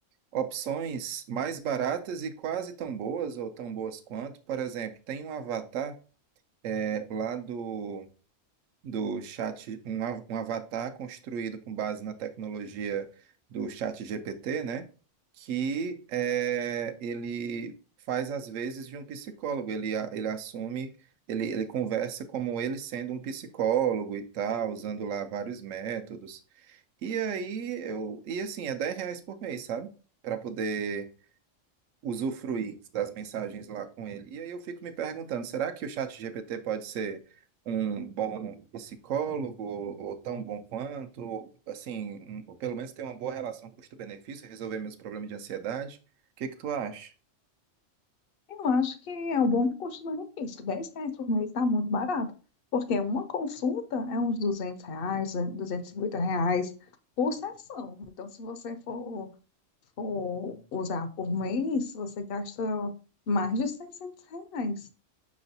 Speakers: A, on the right (about 80°); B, on the left (about 60°).
A: opções mais baratas e quase tão boas ou tão boas quanto. Por exemplo, tem um avatar, é, lá do do chat, um, a- um avatar construído com base na tecnologia do chat GPT, né? Que é, ele faz às vezes de um psicólogo, ele, a- ele assume, ele, ele conversa como ele sendo um psicólogo e tal, usando lá vários métodos. E aí eu, e assim, é 10 reais por mês, sabe? Para poder usufruir das mensagens lá com ele. E aí eu fico me perguntando, será que o chat ChatGPT pode ser um bom psicólogo ou, ou tão bom quanto, ou, assim, um- ou pelo menos ter uma boa relação custo-benefício, resolver meus problemas de ansiedade? O que que tu acha?
B: Eu acho que é um bom custo-benefício. dez reais por mês tá muito barato. Porque uma consulta é uns 200 reais, 250 reais por sessão. Então, se você for, for usar por mês, você gasta mais de 600 reais.